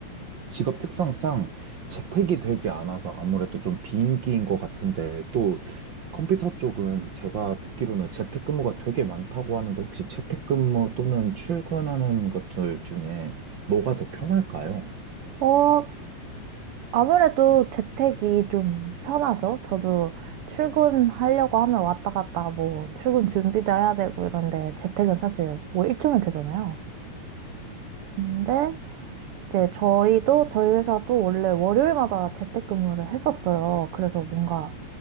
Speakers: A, on the right; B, on the right.
A: 직업 특성상 재택이 되지 않아서 아무래도 좀 비인기인 것 같은데 또 컴퓨터 쪽은 제가 듣기로는 재택근무가 되게 많다고 하는데 혹시 재택근무 또는 출근하는 것들 중에 뭐가 더 편할까요?
B: 어, 아무래도 재택이 좀 편하죠. 저도 출근하려고 하면 왔다 갔다 뭐 출근 준비도 해야 되고 이런데 재택은 사실 뭐 1초면 되잖아요. 근데 이제 저희도 저희 회사도 원래 월요일마다 재택근무를 했었어요. 그래서 뭔가